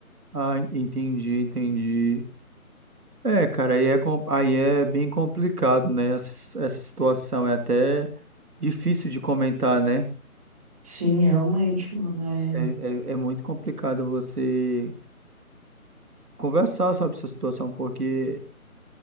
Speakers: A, on the right (about 90°); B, on the right (about 25°).
A: ah, entendi, entendi. É, cara, aí é, com- aí é bem complicado, né? Essa, essa situação é até difícil de comentar, né?
B: Sim, realmente, mano.
A: É,
B: É...
A: é, é muito complicado você conversar sobre essa situação, porque